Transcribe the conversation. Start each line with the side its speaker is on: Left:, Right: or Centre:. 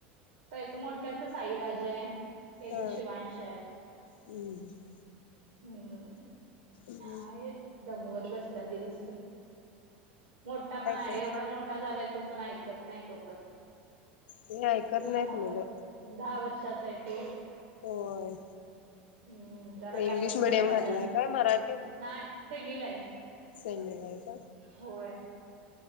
Right: त्याच मोठ्याच साईराज आय. हेज
Left: हा
Right: शीवांश आय,
Left: हम्म
Right: हम्म
Left: हम्म.
Right: आहेत दमवत बसतात दिवसभर, मोठा पण आहे
Left: कर
Right: एवढा मोठा झालाय तो पण ऐकत नाही तो पण,
Left: ते ऐकत
Right: तो दहावर
Left: नाहीत मुलं
Right: दहा वर्ष चाय तो
Left: होय.
Right: हम्म जरा
Left: इंग्लिश
Right: गॅपच
Left: मिडियम
Right: पडला
Left: घातलाय
Right: जास्त
Left: काय मराठी
Right: नाय सेमिला आय
Left: सेमीला आहे का?
Right: होय.